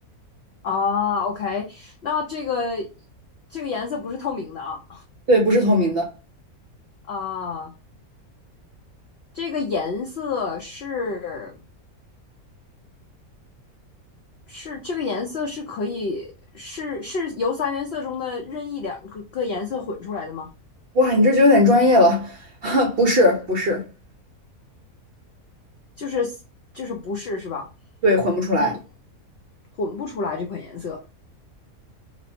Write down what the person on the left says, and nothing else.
啊，OK，那这个这个颜色不是透明的啊
啊，这个颜色是是这个颜色是可以是是由三原色中的任意两个个颜色混出来的吗？
就是就是不是是吧？
嗯，混不出来这款颜色，